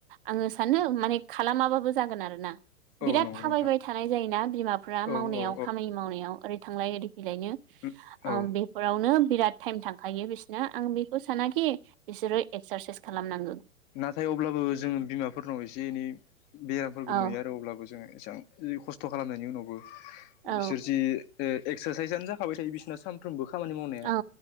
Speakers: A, on the right; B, on the left.
A: आङो सा नो माने खालामाबाबो जागोन आरोना।
B: औ
A: बिराद
B: नंगौ
A: थाबायबाय
B: नोंथां
A: थानाय जायोना बिमाफ्रा
B: औ
A: मावनायाव
B: औ
A: खामानि मावनायाव ओरै थांलाय ओरै फैलायनो
B: औ
A: ओम
B: औ
A: बेफोरावनो बिराद टाइम थांखायो बिसना '' आं बेखौ सानाखि बिसोरो एक्सारसाइस खालामनांगो।
B: नाथाय अब्लाबो जोङो बिमाफोरनाव एसे एनै बेयाफोरखौ
A: औ
B: नुयो आरो अब्लाबो जोङो। एसां खस्थ' खालामनायनि उनावबो
A: औ
B: बिसोर जि ओ एक्सारसाइसआनो जाखाबाय थायो बिसिना सानफ्रोमबो खामानि मावनाया
A: औ